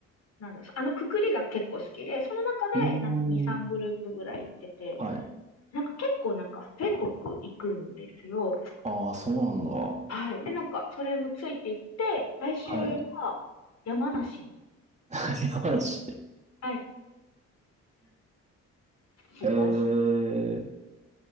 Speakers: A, on the left; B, on the right.
A: なんだ、あのくくりが結構好きで、その中で、
B: うー
A: なんか2、3グループぐらい行ってて、
B: ん、はい。
A: なんか結構なんか、全国行くんですよ。
B: ああ、そうなんだ。
A: はい。で、なんか、それもついていって、来週は山梨に、
B: はい。<laughs> 山梨。
A: はい、行きます。
B: へえ、